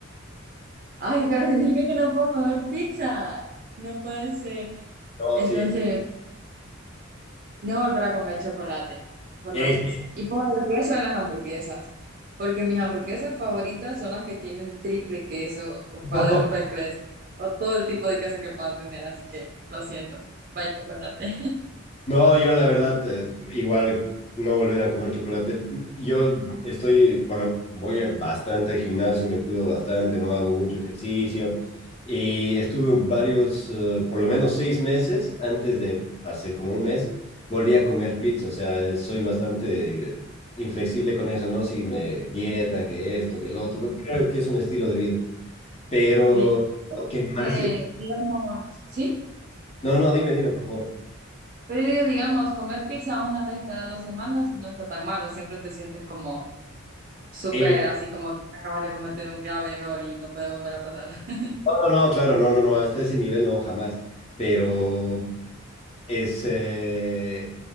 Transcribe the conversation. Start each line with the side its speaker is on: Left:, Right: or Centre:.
Right: Ay, pero significa que no puedo comer pizza. No puede ser.
Left: No,
Right: Entonces,
Left: sí.
Right: no volver a comer chocolate por
Left: Sí,
Right: la pizza.
Left: sí.
Right: Y por el queso de las hamburguesas. Porque mis hamburguesas favoritas son las que tienen triple queso o
Left: <laughs>
Right: cuádruple queso o todo el tipo de queso que puedan tener. Así que lo siento. Bye, chocolate.
Left: No, yo la verdad, eh, igual no volver a comer chocolate. Yo estoy, bueno, voy a- bastante al gimnasio, me cuido bastante, no hago mucho ejercicio. Y estuve varios, eh, por lo menos seis meses, antes de hace como un mes, volví a comer pizza. O sea, soy bastante eh, inflexible con eso, ¿no? Si me dieta, que esto, que lo otro,
Right: <laughs>
Left: porque creo que es un estilo de vida. Pero
Right: Sí.
Left: lo que más
Right: Eh, digamos, sí,
Left: No, no, dime, dime, por favor.
Right: pero yo digo, digamos, comer pizza una vez cada dos semanas no está tan malo, siempre te sientes como súper,
Left: Eh,
Right: así como que acabas de cometer un grave error y no puede volver a pasar. <laughs>
Left: No, no, no, claro, no, no, no, hasta ese nivel no, jamás. Pero es, eh,